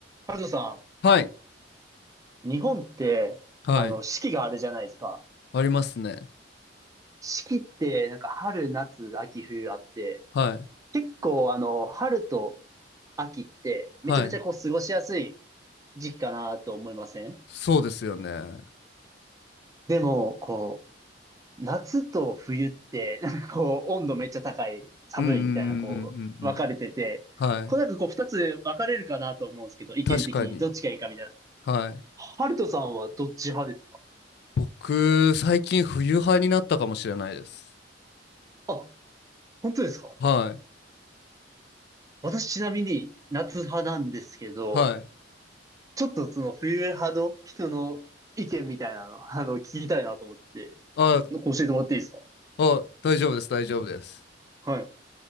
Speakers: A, on the right; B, on the left.
A: ハルトさ
B: はい。
A: ん、日本って、
B: はい。
A: あの、四季があるじゃないですか。
B: ありますね。
A: 四季って、なんか春、夏、秋、冬あって、
B: はい。
A: 結構、あの、春と秋って、めちゃめちゃこう、
B: はい。
A: 過ごしやすい時期かなと思いません
B: そうですよね。うん
A: でも、こう、夏と冬って、なんかこう、温度めっちゃ高い、寒いみたいな、
B: うんうんうんうんうん。
A: こう、分かれてて、
B: はい。
A: こう、なんかこう、二つ分かれるかなと思うんですけど、意見的にどっちがいいかみたいな。
B: 確かに。はい。
A: ハルトさんはどっち派ですか
B: 僕、最近冬派になったかもしれないです。
A: あ、本当ですか
B: はい。
A: 私ちなみに夏派なんですけど、
B: はい。
A: ちょっとその冬派の人の意見みたいなの、<laughs> あの、聞きたいなと思って、
B: あ、
A: 教えてもらっていいですか
B: あ、大丈夫です。大丈夫です。
A: はい。